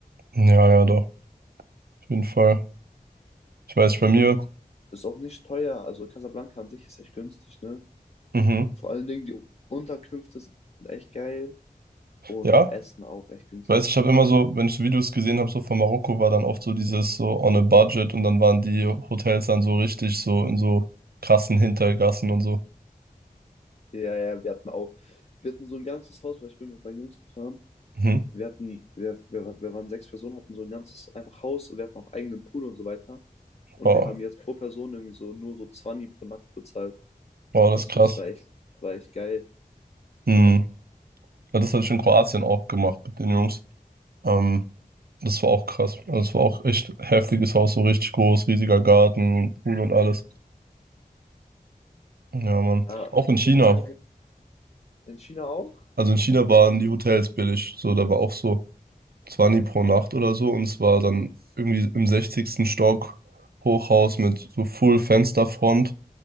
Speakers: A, on the right (about 80°); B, on the left (about 45°).
A: Ja, ja, doch, auf jeden Fall. Ich weiß, bei mir,
B: Und ist auch nicht teuer, also Casablanca an sich ist echt günstig, ne?
A: mhm.
B: Vor allen Dingen die Unterkünfte sind echt geil und
A: Ja,
B: Essen auch echt günstig.
A: ich weiß, ich habe immer so, wenn ich so Videos gesehen habe, so von Marokko, war dann oft so dieses so on a budget und dann waren die Hotels dann so richtig so in so krassen Hintergassen und so.
B: Ja, ja, wir hatten auch, wir hatten so ein ganzes Haus, weil ich bin mit meinen Jungs gefahren.
A: Mhm.
B: Wir hatten, wir, wir, wir waren sechs Personen, hatten so ein ganzes einfach Haus, wir hatten auch eigenen Pool und so weiter. Und
A: Wow,
B: wir haben jetzt pro Person irgendwie so nur so 20 pro Nacht bezahlt.
A: wow,
B: Also
A: das ist krass.
B: es war echt, es war echt geil.
A: Mhm.
B: Ja,
A: Ja, das habe ich in Kroatien auch gemacht mit den Jungs. Ähm, das war auch krass. Also, das war auch echt heftiges Haus, so richtig groß, riesiger Garten, Pool und alles. Ja, Mann.
B: ja
A: Auch in
B: also
A: China.
B: vor allen Dingen in China auch.
A: Also in China waren die Hotels billig. So, da war auch so. 20 pro Nacht oder so und es war dann irgendwie im sechzigsten Stock Hochhaus mit so Full Fensterfront